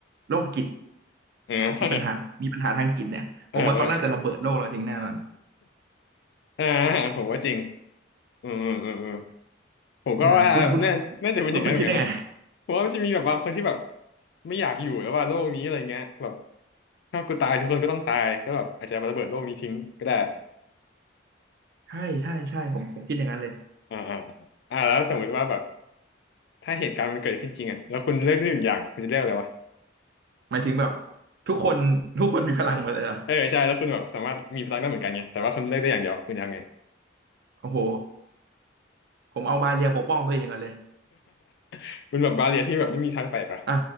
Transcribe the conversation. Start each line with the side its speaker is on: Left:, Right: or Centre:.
Right: โรคจิต
Left: <laughs> เออ
Right: มีปัญหามีปัญหาทางจิตเนี่ยผมว่าเขาน่าจะระเบิดโลกเราทิ้งแน่นอน
Left: เออเอออ่าผมว่าจริง อืมอืมอืมอืมผมก็ว่าน่าน่าจะเป็นอย่างนั้นเหมือนกันนะ
Right: อ่าคุณคุณคุณลูกคุณคิดยังไง
Left: ผมว่ามันจะมีแบบบางคนที่แบบไม่อยากอยู่แล้วว่าโลกนี้อะไรเงี้ยแบบถ้ากูตายทุกคนก็ต้องตายก็แบบอาจจะระเบิดโลกนี้ทิ้งก็ได้
Right: ใช่ใช่ใช่ผมผมคิดอย่างนั้นเลย
Left: อ่าอ่าอ่าแล้วสมมติว่าแบบถ้าเหตุการณ์มันเกิดขึ้นจริงอ่ะแล้วคุณเลือกได้หนึ่งอย่างคุณจะเลือกอะไรวะ
Right: หมายถึงแบบทุกคนทุกคนมีพลังหมดเลยเหรอ
Left: เออใช่แล้วคุณแบบสามารถมีพลังได้เหมือนกันไงแต่ว่าคุณเลือกได้อย่างเดียวคุณจะทำไง
Right: โอ้โหผมเอาบาเรียปกป้องตัวเองก่อนเลย
Left: <laughs> มันแบบบาเรียที่แบบไม่มีทางแตกอ่ะ
Right: อ่ะ